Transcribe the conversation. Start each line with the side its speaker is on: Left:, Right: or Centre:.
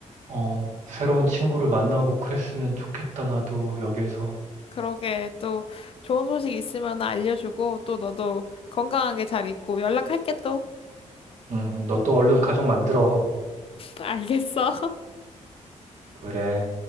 Right: 어, 새로운 친구를 만나고 그랬으면 좋겠다. 나도 여기에서.
Left: 그러게, 또 좋은 소식 있으면 알려주고, 또 너도 건강하게 잘 있고 연락할게 또.
Right: 음, 너도 얼른 가족 만들어.
Left: <laughs> 알겠어.
Right: 그래.